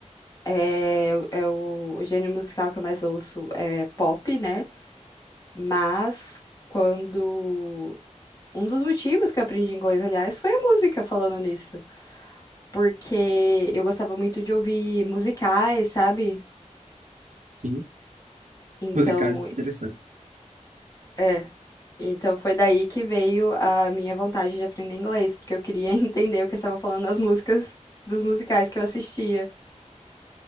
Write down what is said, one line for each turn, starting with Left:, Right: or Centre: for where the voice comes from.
Left: É, é o, o gênero musical que eu mais ouço é pop, né? Mas quando. Um dos motivos que eu aprendi inglês, aliás, foi a música, falando nisso. Porque eu gostava muito de ouvir musicais, sabe?
Right: Sim,
Left: Então,
Right: musicais interessantes.
Left: é. Então foi daí que veio a minha vontade de aprender inglês, porque eu queria <laughs> entender o que estavam falando nas músicas dos musicais que eu assistia.